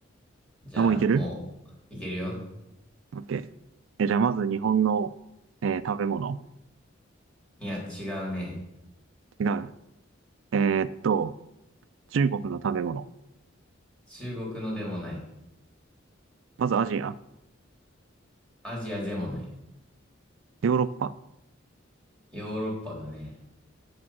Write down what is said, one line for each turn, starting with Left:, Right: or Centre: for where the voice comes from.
Centre: じゃあ、
Right: あ、もういける
Centre: もう、いけるよ。
Right: ?OK。え、じゃあまず日本の、えー食べ物。
Centre: いや、違うね。
Right: 違う。えーっと、中国の食べ物。
Centre: 中国のでもない。
Right: まずアジア。
Centre: アジアでもない。
Right: ヨーロッパ。
Centre: ヨーロッパだね。